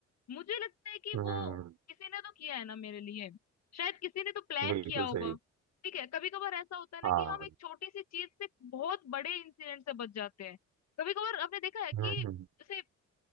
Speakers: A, on the left (about 60°); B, on the right (about 75°).
A: मुझे लगता है कि
B: हम्म
A: वो किसी ने तो किया है ना मेरे लिए शायद किसी ने तो प्लान
B: बिल्कुल
A: किया होगा
B: सही
A: ठीक है कभी कभार ऐसा होता है ना
B: हाँ
A: कि हम एक छोटी सी चीज से बहुत बड़े इंसिडेंट से बच जाते हैं कभी कभार आपने देखा है कि
B: हम्म हम्म
A: जैसे